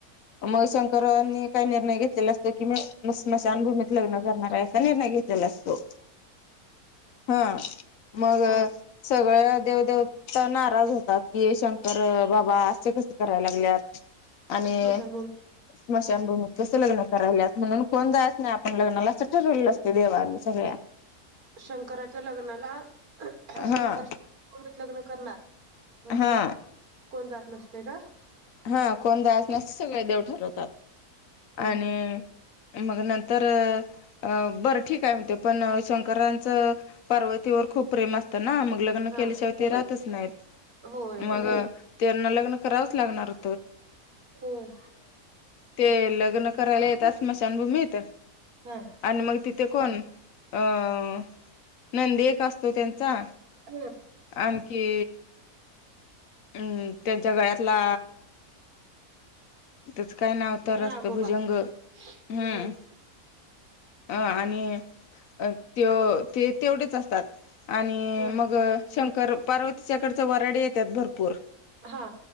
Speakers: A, on the left (about 70°); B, on the right (about 75°).
A: म शंकरांनी काही निर्णय घेतलेला असताय की, मी म स्मशानभूमीत लग्न करणार आहे असा निर्णय घेतलेला असतो. ह मग सगळ देवदेवता नाराज होतात. की, ये शंकर बाबा अस कस कराय लागल्यात आणि
B: स्मशानभूमी
A: स्मशानभूमीत कस लग्न करायल्यात. म्हणून कोण जायच नाही आपण लग्नाला अस ठरवलेल अस ते देवांनी सगळ्या.
B: शंकराच्या लग्नाला, शंकर
A: हा
B: स्मशानभूमीत लग्न करणार. म्हटल्याव
A: हा
B: कोण जात नसतय का?
A: हा, कोण जायाच नाही अस सगळे देव ठरवतात.
B: ह
A: आणि मग नंतर अ, बर ठीक आहे म्हणतेय. पण शंकराच पार्वतीवर खूप प्रेम असत ना म ल ग्न
B: हा
A: केल्याशिय राहतच नाही.
B: होय
A: मग त्यांना लग्न करावच लागणार होत.
B: होय.
A: ते लग्न करायला येतात स्मशानभूमीत.
B: बर.
A: आणि मग तिथे कोण, अ् नंदी एक असतो त्यांचा.
B: हम्म.
A: आणखी. हम्म, त्यांच्या गळ्यातला, त्याच काय नाव - तर
B: नागोबा
A: असत भुजंग. हम्म.
B: भजन
A: अ् आणि तो ते तेवढेच असतात. आणि
B: हा
A: मग शंकर पार्वतीच्याकडच वराडी येतात भर्- पूर,
B: हा